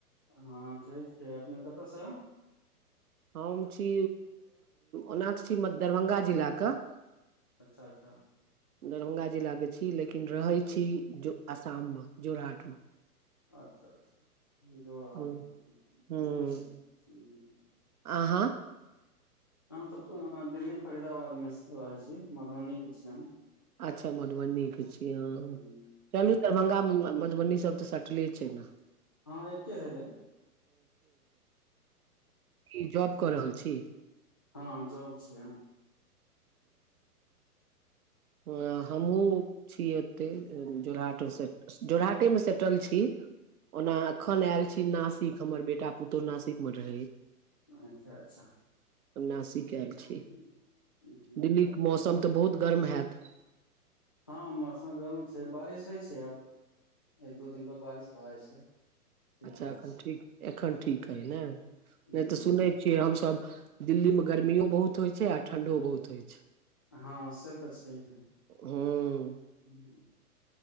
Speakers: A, on the left (about 15°); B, on the right (about 65°).
A: हँ ठीक छै अपने कतयसँ।
B: हम छी ओना त छी म दरभंगा जिलाके
A: अच्छा अच्छा
B: दरभंगा जिलाके छी। लेकिन रहै छी। जो आसाममे जोरहाटमे
A: अच्छा अच्छा जोरहाट
B: मे ह
A: ठीके छै ह
B: अहाँ
A: हम तऽ दिल्ली फरीदाबादमे रहै छी मधुबनीके छी हम
B: अच्छा मधुबनी
A: हम्म,
B: के छी अहा
A: हम्म।
B: चलू दरभंगामे मधुबनीसभ तऽ सटले छै ने,
A: हँ एके भेलै।
B: ई जॉब कऽ रहल छी।
A: हँ जाव छै।
B: ह हमहु छी। एते जोरहटे जोरहटेमे सेटल छी। ओना अखन एल छी। नासिक हमर बेटा पुतोहु नासिक मे रहे-
A: अच्छा अच्छा
B: हम नाासिक ऐल छी।
A: हम्म, हम्म,
B: दिल्ली
A: हम्म।
B: के मौसम तऽ बहुत गर्म हेत
A: हँ मौसम गरम छै। बारिश होइ छै। आब एक दू दिन पर बारिश भऽ जाइ छै। ठीक
B: अच्छा
A: रहै
B: एखन ठीक एखन
A: छै
B: ठीक है ने नै
A: ह
B: तऽ सुनै से हमसभ दिल्ली में गर्मियो बहुत होइ छै। आर ठंडियो बहुत होइ छै।
A: हँ से तऽ छैहे
B: हुॅं
A: हुॅं